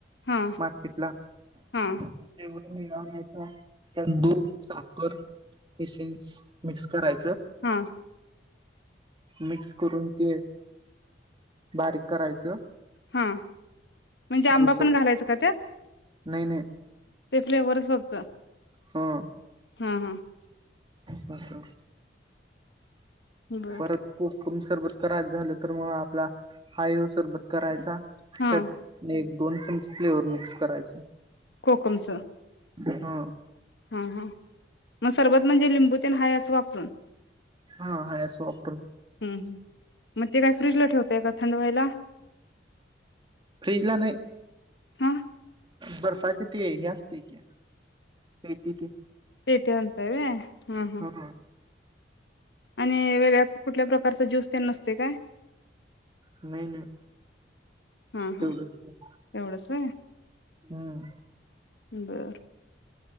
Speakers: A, on the left (about 75°); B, on the right (about 25°).
A: हा
B: मार्केटला
A: हा
B: मिळवण्याचा त्यात दूध साख कर इसेन्स मिक्स कराय
A: हा.
B: मिक्स करून ते, बारीक करायचं.
A: हा. म्हनजे आंबा
B: ज्यूसर
A: पण घालायचा का त्यात?
B: नाही नाही.
A: ते फ्लेवरच फक्त
B: हा.
A: हा हा.
B: पसरा
A: बर
B: परत कुक तुम्ही सरबत करायच झाल तर, म आपला हाय ह्यो सरबत करायचा.
A: हा
B: त्यात नाइ ना दोन चमच फ्लेवर मिक्स करायच.
A: कोकमचं?
B: हा.
A: हा, हा. म सरबत म्हणजे लिंबू तेन हाय असं वापरून?
B: हा हाय असं वापरून
A: हु, हु. म ते काय फ्रिजला ठेवताय का? थंड व्हायला.
B: फ्रीजला नाही.
A: हा
B: बर्फाची ते हे असतय की, पेटी ते
A: पेटी आणताय व्हय? हं हं.
B: हा
A: आणि वेगळ्या कुठल्या प्रकारचा ज्यूस तेन नसतय काय?
B: नाही नाही,
A: हा हा
B: तेवढंच.
A: एवढंच होय
B: हं.
A: बरं.